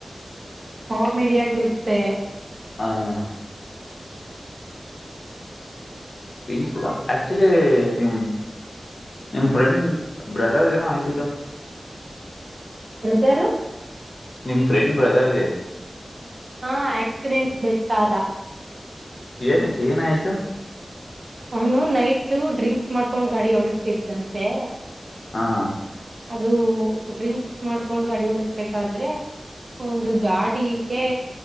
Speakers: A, on the right; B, on the left.
A: ಕಾಮಿಡಿಯ ಆಗ ಇರುತ್ತೆ
B: ಹಾಂ ಪೀಸ್ಫುಲ್ ಆಕ್ಚುಲಿ ನಿಮ ನಿಮ್ ಫ್ರೆಂಡ್ ಬ್ರದರ್ ಏನೋ ಆಯ್ತು
A: ಬತಾರು
B: ನಿಮ್ ಫ್ರೆಂಡ್ ಬ್ರದರ್ಗೆ
A: ಹಾ ಆಕ್ಸಿಡೆಂಟ್ ಡೆತ್ ಆದ
B: ನ ಕ ಏನಯತ
A: ಅವನು ನೈಟ್ ಡ್ರಿಂಕ್ಸ್ ಮಾಡ್ಕೊಂಡ್ ಗಾಡಿ ಓಡಸ್ತಿದ್ದಂತೆ
B: ಹಾ
A: ಅದು ಡ್ರಿಂಕ್ಸ್ ಮಾಡ್ಕೊಂಡ್ ಅಡಿ ಡಸ್ಬೇಕಾದ್ರೆ ಒಂದು ಗಾಡಿಗೆ